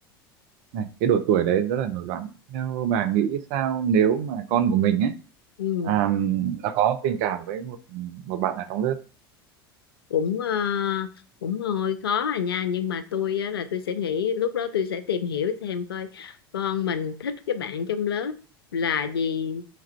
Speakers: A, on the right; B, on the left.
A: này cái độ tuổi đấy rất là nổi loạn theo bà nghĩ sao nếu mà con của mình ấy
B: Ừ.
A: à, nó có tình cảm với một một bạn ở trong lớp
B: cũng ờ, cũng hơi khó à nha nhưng mà tôi á, là tôi sẽ nghĩ lúc đó tôi sẽ tìm hiểu thêm coi con mình thích cái bạn trong lớp là gì